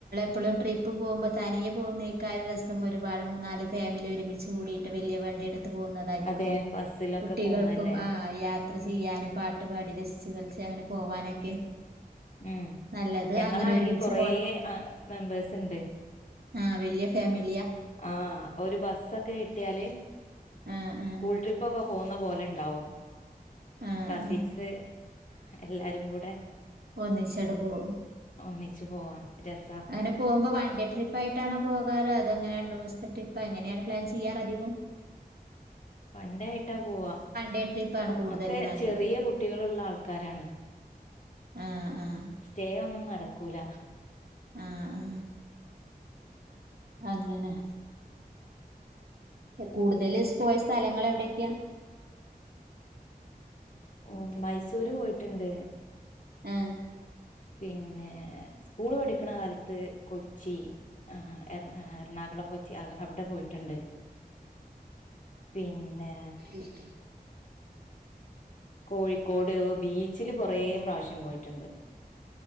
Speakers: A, on the right (about 80°); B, on the left (about 50°).
A: ഇപ്പോളും ട്രിപ്പ് പോകുമ്പോ തനിയെ പോകുന്നേക്കും രസം ഒരുപാട് മൂന്നാല് ഫാമിലി ഒരുമിച്ച് കൂടി. ട്ട് വലിയ വണ്ടിഎടുത്ത് പോകുന്നതായിരിക്കും
B: അതെ ബസ്സിലൊക്കെ
A: കുട്ടികൾക്കും
B: പോന്നല്ലേ
A: ആ യാത്ര ചെയ്യാനും. ട്ടപാടി ജസ് കളിച്ച് അങ്ങനെ പോവാനൊക്കെ.
B: ഉം
A: നല്ലത്
B: ഞങ്ങളാണെങ്കി
A: അങ്ങനെ ഒരുമിച്ച്
B: കൊറേ മെമ്പേഴസ്ണ്ട്.
A: ആഹ വല്യഫാമിലി.
B: ആഹ അപ്പൊ ഒരു ബസ്സൊക്കെ കിട്ട്യാല്
A: ആ ആ
B: സ്കൂൾ ട്രിപ്പൊക്കെ. പോകുന്ന പോലെ ഇണ്ടാവും
A: ആ
B: കസിൻസ്
A: ആ
B: എല്ലാരും കൂടെ.
A: ഒന്നിചണ്ട് പോവും.
B: ഒന്നിച്ച് പോവാൻ. രസാ
A: അങ്ങനെ പോവുമ്പോ വൺണ്ടേ ട്രിപ്പായിട്ടാണോ പോകാറ് അതോ ഇങ്ങനെ രണ്ടുമൂസം. ട്രിപ്പ എങ്ങനെയാണ് പ്ലാൻ ചെയ്യാറ് അധികും.
B: വണ്ടേ ആയിട്ടാ പോവാ
A: ഡേ ട്രിപ്പ് ആണ് കൂടുതൽ
B: ഒക്കെ
A: നല്ലത്
B: ചെറിയ കുട്ടികളുള്ള ആൾക്കാരാണ്.
A: ആ ആ
B: സ്റ്റേ ഒന്നും നടക്കൂല.
A: ആ ആ അങ്ങനെ. കൂടുതല് സ്പോയ സ്ഥലങ്ങൾ എവിടെയൊക്യാ.
B: ഓ മൈസൂര് പോയിട്ടുണ്ട്.
A: ഏഹ്.
B: പിന്നെ സ്കൂള് പഠിക്കണകാലത്ത് കൊച്ചി എ എറണാകുളം പോയി. അവിടെ പോയിട്ടുണ്ട്. പിന്നെ
A: ഏഹ്.
B: കോഴിക്കോട് ബീച്ചില് കൊറെപ്രാശ്യം
A: കൂ
B: പോയിട്ടുണ്ട്.